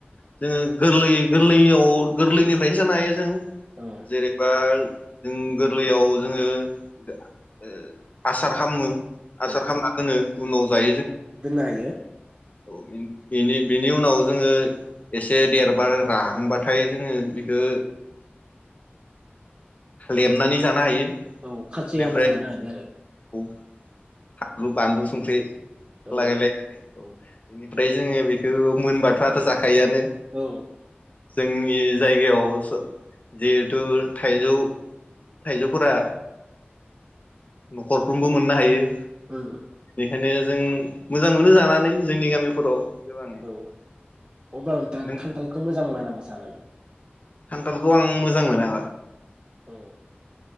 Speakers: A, on the left; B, on the right.
A: जोङो गोरलै गोरलैयाव गोरलैनिफ्रायनो जानो हायो जों।
B: औ
A: जेरैबा जों गोरलैयाव जोङो ओ आसार खाममो।
B: औ
A: आसार खामना दोनो उनाव जायो जों।
B: जायो।
A: <unintelligible> बेनि बेनि उनाव जोङो एसे देरबा राहांबाथाय जोङो बेखो लेमनानै जानो हायो।
B: औ खाजि
A: बेनिफ्राय
B: हाना जानो हायो आरो।
A: <unintelligible> संख्रि
B: औ
A: लागाय लायनानै औ। बेनिफ्राय जोङो बेखौ मोनबाथ आथ जाखा खायोआनो।
B: औ
A: जोंनि जायगायाव जिहेथु थाइजौ थाइजौफोरा न'खरफ्रोमबो मोननो हायो।
B: उम।
A: बेखायनो जों मोजां मोनो जानानै जोंनि गामिफोराव गोबाङै
B: औ अब्ला नोंथाङा
A: नों
B: खान्थालखौ मोजां मोना नामा जानानै?
A: खान्थालखौ आं मोजां मोना।
B: औ।